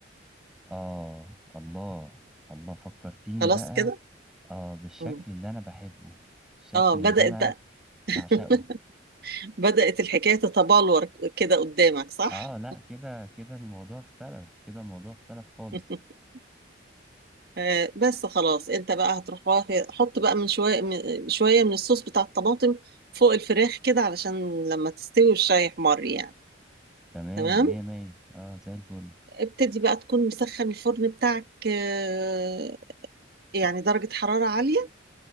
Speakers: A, in the centre; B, on the right (about 55°).
A: آه الله الله فكرتيني
B: خلاص
A: بقى
B: كده
A: آه بالشكل
B: اه
A: اللي أنا بحبه الشكل
B: آه، بدأت
A: اللي أنا
B: بقى
A: بعشقه
B: <laughs> بدأت الحكاية تتبلور كده قدامك صح؟
A: آه لا كده كده الموضوع اختلف كده الموضوع اختلف خالص
B: <laughs> آه، بس خلاص انت بقى هتروح واخد- حط بقى من شوية من شوية من الصوص بتاع الطماطم فوق الفراخ كده علشان لما تستوي الشاي يحمر يعني
A: تمام
B: تمام
A: مية مية آه زي الفل
B: ابتدي بقى تكون مسخن الفرن بتاعك آه، يعني درجة حرارة عالية